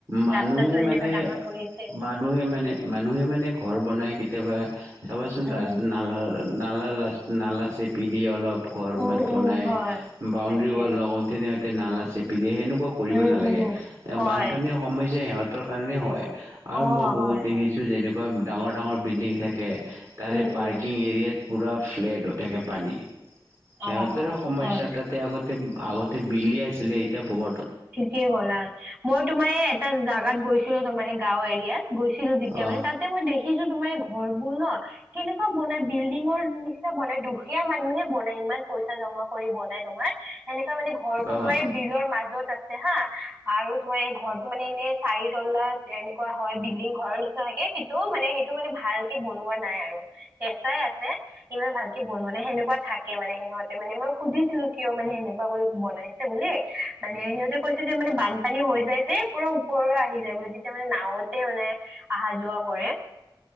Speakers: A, on the right (about 45°); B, on the right (about 25°).
A: মানুহে
B: ৰাস্তাটো সেনেকুৱা
A: মানে
B: ডাঙৰ কৰি আছে
A: মানুহে মানে মানুহে মানে ঘৰ বনাই কি কেতিয়াবা চাবাচোন
B: উম,
A: ৰাস্ত নালা নালা ৰাত নালা চেপি দিয়ে অলপ ঘৰ
B: উম,
A: মানে পনাই
B: উম, হয়
A: বউণ্ডি
B: তাকে
A: ৱাল লগতে নালা চে পিধে সেনেকুৱা কৰিব
B: উম,
A: নালাগে,
B: উম, হয়
A: বানপানীৰ সমস্যা সিহঁতৰ কাৰণেই হয়। আৰু
B: অ',
A: মই বহুত
B: হয়,
A: দেখিছো
B: হয়,
A: যেনেকুৱা ডাঙৰ ডাঙৰ বিল্ডিং থাকে। তাৰে
B: উম,
A: পাৰ্কিং
B: উম,
A: এৰিয়াত পুৰা ফ্লেট হৈ থাকে পানী। সিহঁতেৰে
B: অ',
A: সমস্যা
B: হয়,
A: তাতে আগতে আগতে বিলি আছিলে এতিয়া বব
B: ঠিকে ক'লা মইতো মায়ে এটা জাগাত গৈছিলো তোমাৰ গাঁও এৰিয়াত গৈছিলো তেতিয়া
A: অ
B: মানে তাতে মই দেখিছো তোমাৰ ঘৰবোৰ ন' কেনেকুৱা বনাই বিল্ডিঙৰ নিচিনা বনাই দুখীয়া মানুহে বনাই ইমান পইচা জমা কৰি বনাই তোমাৰ সেনেকুৱা মানে ঘৰটোতো
A: অ
B: তোমাৰ বিলৰ মাজত আছে হা। আৰু তোমাৰ এই ঘৰটো মানে এনেই চাৰি তলা এনেকুৱা হয় বিল্ডিং ঘৰৰ নিচিনা থাকে কিন্তু মান সেইটো মানে ভালকে বনোৱা নাই আৰু কেঁচাই আছে ইমান ভালকে বনোৱা নে সেনেকুৱা থাকে মানে মানে সিহঁতে মানে মই সুধিছিলো কিয় মানে সেনেকুৱা কৰি বনাইছে বুলি মানে সিহঁতে কৈছে যে মানে বানপানী হৈ যায় যে পুৰা ওপৰলৈ আহি যায় বোলে তেতিয়া মানে নাৱতে মানে আহা যোৱা কৰে।